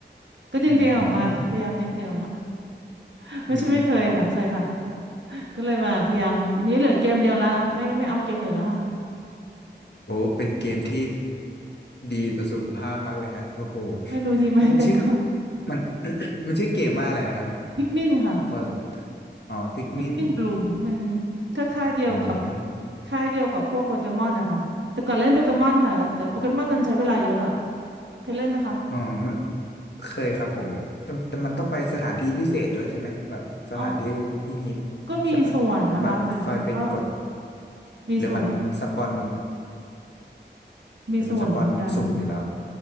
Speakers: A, on the right; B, on the left.
A: ก็ดึงตัวเองออกมาค่ะพยายามดึงตัวเองออกมา
B: อืม
A: <laughs> ไม่ใช่ไม่เคยค่ะเคยค่ะ
B: อืม
A: ก็เลยมาพยายามนี้เหลือเกมเดียวละไม่ไม่เอาเกมอื่นแล้วค่ะ
B: โอ้เป็นเกมที่ดีต่อสุขภาพมากเลยฮะโอ้โห
A: ไม่รู้ดีไหม <laughs>
B: มันชื่อ
A: แต่ก็
B: มัน <coughs> มันชื่อเกมว่าอะไรนะครับ
A: พิกมินค่ะ
B: พออ๋อพิกมิน
A: พิกมินบลูมมันก็ค่ายเดียวกับ
B: อืม
A: ค่ายเดียวกับพวกโปเกมอนนะคะแต่ก่อนเล่นโปเกมอนค่ะแต่โปเกมอนนั้นใช้เวลาเยอะอะเคยเล่นไหมคะ
B: อ๋อมัน เคยครับผมแต่แต่มันต้องไปสถานที่พิเศษด้วยใช่ไหม แบบสถานที่ฮิปฮิป
A: อ๋อ ก็มีส่วนนะคะแต่มันก็
B: ใช่ปะแบบคอยไปกด
A: มีส่วน
B: หรือมันสปอน
A: มีส่วนเหมือนกัน
B: หรือมันสปอนสุ่มอยู่แล้ว